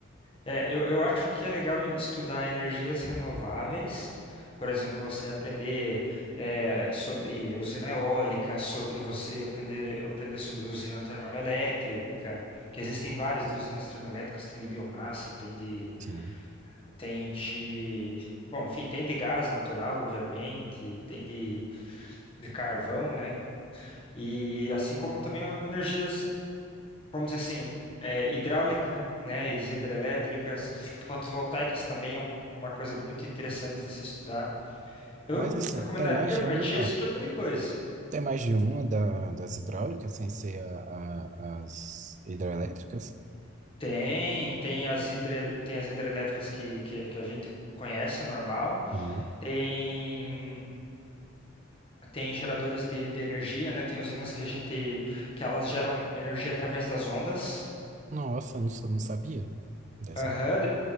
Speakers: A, on the left (about 25°); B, on the right (about 35°).
A: É, eu, eu acho que é legal estudar energias renováveis. Por exemplo, você aprender é, sobre usina eólica, sobre você aprender, aprender sobre usina termoelétrica, que existem várias de usinas termoelétricas, tem de biomassa, tem de,
B: Sim.
A: tem de, bom, enfim, tem de gás natural, obviamente, tem de, de carvão, né? E assim como também energias vamos dizer assim, é, hidráulica, né, e das hidrelétricas, fotovoltaicas também é um- uma coisa muito interessante de se estudar. Eu
B: Mas assim,
A: recomendaria
B: tem mais de
A: para
B: uma.
A: ti esse tipo de coisa.
B: Tem mais de uma da- das hidráulicas, sem ser a- a- as hidroelétricas?
A: Tem, tem as hidre, tem as hidrelétricas que, que, que a gente conhece, normal.
B: Sim.
A: Tem tem geradores de, de energia, né? Tem usinas que a gente que elas geram energia através das ondas.
B: Nossa, eu não, sou- não sabia. Dessa-
A: Aham,